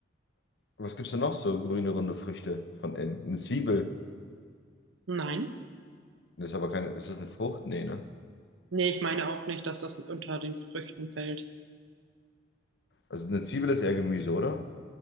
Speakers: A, on the left; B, on the right.
A: Was gibt's denn noch so grüne, runde Früchte von innen? Eine Zwiebel.
B: Nein.
A: Das ist aber keine. Ist das eine Frucht? Nee, ne?
B: Nee, ich meine auch nicht, dass das unter den Früchten fällt.
A: Also eine Zwiebel ist eher Gemüse, oder?